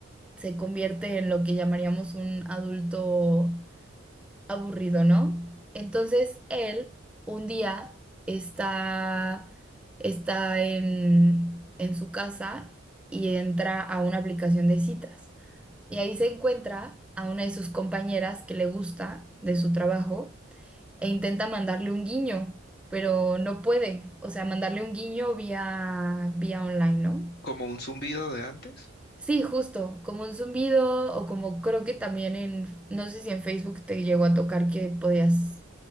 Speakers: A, in the centre; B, on the left.
A: se convierte en lo que llamaríamos un adulto aburrido, ¿no? Entonces, él un día está, está en, en su casa y entra a una aplicación de citas. Y ahí se encuentra a una de sus compañeras que le gusta de su trabajo e intenta mandarle un guiño, pero no puede. O sea, mandarle un guiño vía, vía online, ¿no?
B: ¿Como un zumbido de antes?
A: Sí, justo, como un zumbido o como creo que también en, no sé si en Facebook te llegó a tocar que podías